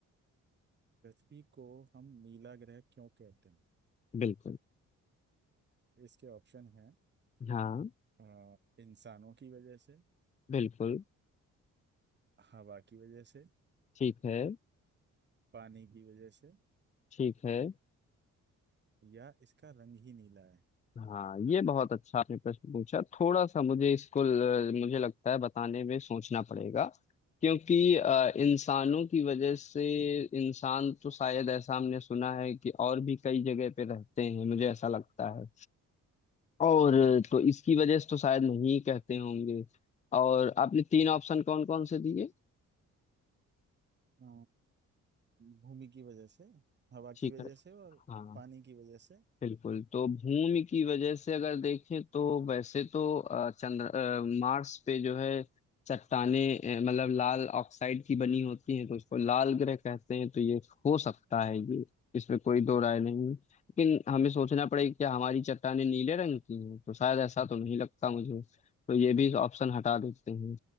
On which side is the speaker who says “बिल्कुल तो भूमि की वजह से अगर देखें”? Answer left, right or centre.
Left